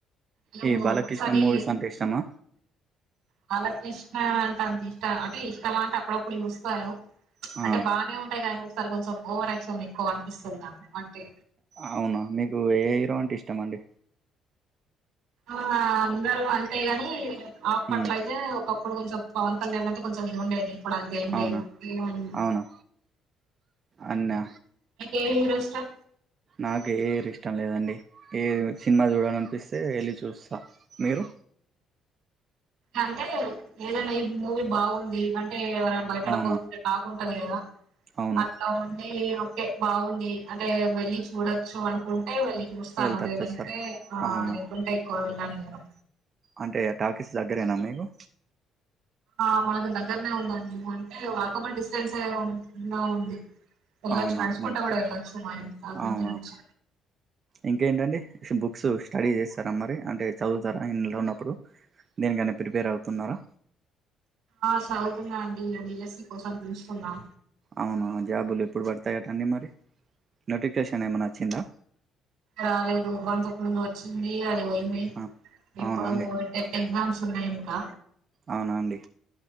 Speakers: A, on the right (about 75°); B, on the right (about 35°).
A: నేను
B: ఈ బాలకృష్ణ
A: ఒక్కొక్కసారి
B: మూవీస్ అంటే ఇష్టమా
A: బాలకృష్ణ అంటే అంత ఇష్టం అంటే ఇష్టంమా అంటే అప్పుడప్పుడు చూస్తాను అంటే
B: ఆ
A: బాగానే ఉంటాయి కానీక ఒకసారి కొంచెం ఓవర్ క్షన్ ఎక్కువ అనిపిస్తుంది నాకు అంతే
B: అవును మీకు ఏ హీరో అంటే ఇష్టమండి
A: ఆ అందరు అంతే గని అప్పట్లో
B: ఉమ్
A: అయితే ఒక ఇప్పుడు కొంచం పవన్ కళ్యాణ్ అంట కొంచెం ఈది ఉండేది ఇప్పుడు అంతా ఏమీ
B: అవునా
A: లేదు ఫ్రీగా మీక
B: అవునా అన్నా
A: ఎ హీరో ఇష్టం
B: నాకు ఏ హీరో ఇష్టం లేదండి ఏది సినిమా చూడాల అనిపిస్తే వెళ్ళి చూస్తా మీరు
A: అంటే ఏదన్నా ఈ మూవీ బాగుందికంటే ఎవరైనా బయటోళ్లు
B: అవునా
A: పోతుంటే బాగుంటది కదా
B: అవును
A: అట్లా ఉండి ఓకే బాగుంది అంటే వెళ్లి చూడ సో అనుకుంటే వెళ్ళి చూస్తాను
B: వెళ్తారు
A: లేదంటే
B: చూస్తారు
A: ఆ
B: అవునా
A: లేకుంటే ఎక్కువ వెళ్ళాను నేను
B: అంటే టాకీస్ దగ్గరేనా మీకు
A: ఆ మనకు దగ్గరనే ఉందండి అంటే వాకబుల్ డిస్టెన్స్ ఉండే ఉంది వెళ్ళచ్చు
B: అవునా
A: నడుచుకుంటూ
B: మంచిది
A: కూడా వెళ్ళచ్చు మా ఇంటి కాడ
B: అవునా
A: నుంచి
B: ఇంకేంటండి షూ బుక్స్ స్టడీ చేస్తారా మరి అంటే చదువుతారా ఇంట్లో ఉన్నప్పుడు దీనికని అనా ప్రిపేర్ అవుతున్నారా
A: ఆ చదువుతున అండి డిఎస్సి కోసం చూస్తున్న
B: అవును జాబులు ఎప్పుడు పడతాయాటండి మరి నోటిఫికేషన్ ఏమైనా వచ్చిందా
A: రాలేదు అంతకుముందు వచ్చింది అది పోయింది
B: ఆ,
A: ఇప్పుడు
B: అవునా అండి
A: ఎట్ ఎగ్జామ్స్ ఉన్నాయి ఇంకా
B: అవునా అండి